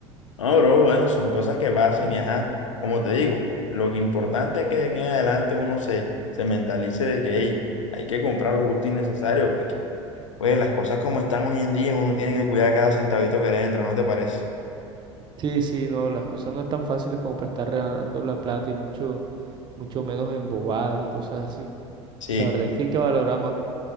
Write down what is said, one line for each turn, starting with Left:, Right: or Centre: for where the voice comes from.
Left: No, bro, bueno, son cosas que pasan y ajá, como te digo, lo que importante es que de aquí en adelante uno se, se mentalice de que, ey, hay que comprar lo justo y necesario, porque Pues las cosas como están hoy en día, uno tiene que cuidar cada centavito que le entra, ¿no te parece?
Right: Sí, sí, no, las cosas no están fáciles como para estar regalando la plata y mucho, mucho menos en bobadas y cosas así.
Left: Sí,
Right: La verdad es que hay que valorar más.